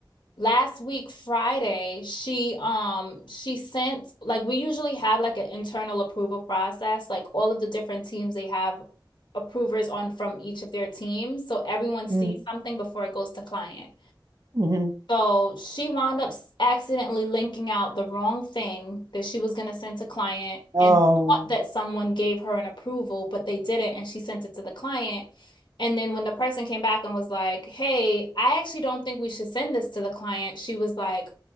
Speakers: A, on the left; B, on the right.
A: last week Friday, she um she sent like we usually have like an internal approval process, like all of the different teams they have approvers on from each of their teams, so everyone sees
B: Mm-hmm.
A: something before it goes to client.
B: mm-hmm.
A: So she wound up s- accidentally linking out the wrong thing that she was going to send to client
B: Oh.
A: and thought that someone gave her an approval, but they didn't, and she sent it to the client. And then when the person came back and was like, "Hey, I actually don't think we should send this to the client," she was like,